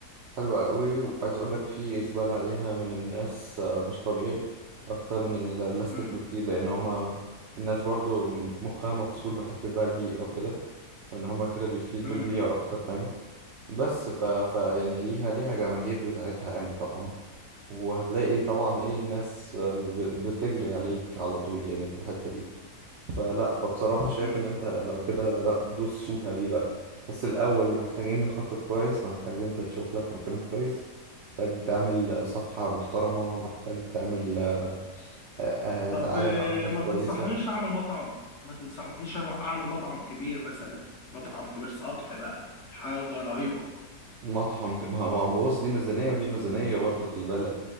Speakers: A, on the right (about 75°); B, on the left (about 55°).
A: حلوة قوي وعايز اقول لك في اقبال عليها من الناس آه، مش طبيعي اكتر من البلاستيك
B: امم
A: بكتير لان هما الناس برضو مخها مغسول بحتة بقى البيئة او كده وان هما كده بيفيدوا
B: امم
A: البيئة اكتر فاهم بس ف... ف يعني ليها ليها جماهير بتاعتها يعني طبعا وهتلاقي طبعا ايه الناس آه، ب- بتجري عليك على طول يعني في الحتة دي فلا فبصراحة شايف
B: امم
A: إن أنت لو كده لا دوس فيها دي بقى بس الأول محتاجين نخطط كويس محتاج أنت تشوف لك مكان كويس محتاج تعمل صفحة محترمة محتاج تعمل آه، آه،
B: طب
A: آه، دعاية
B: آه،
A: وإعلانات
B: ما
A: كويسة
B: تنصحنيش اعمل مطعم ما تنصحنيش أنا اعمل مطعم كبير مثلا مطعم كبير سطح بقى حاجه رهيبه
A: مطعم ك- ما ما بص دي ميزانية ودي ميزانية برضه خلي بالك